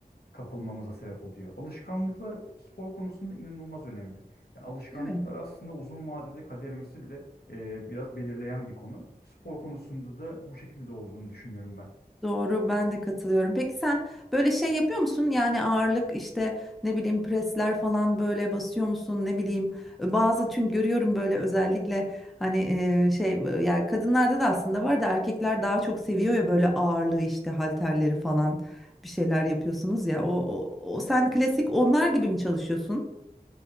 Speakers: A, on the left (about 80°); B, in the centre.
A: kapılmamıza sebep oluyor. Alışkanlıklar spor konusunda inanılmaz önemli. Yani alışkanlıklar
B: Evet.
A: aslında uzun vadede kaderimizi bile eee, biraz belirleyen bir konu. Spor konusunda da bu şekilde olduğunu düşünüyorum ben.
B: Doğru, ben de katılıyorum. Peki sen böyle şey yapıyor musun? Yani ağırlık işte ne bileyim presler falan böyle basıyor musun? Ne bileyim e, bazı çünkü görüyorum böyle özellikle hani e, şey e, yani kadınlarda da aslında var da erkekler daha çok seviyor ya böyle ağırlığı işte halterleri falan bir şeyler yapıyorsunuz ya. O, o, o sen klasik onlar gibi mi çalışıyorsun?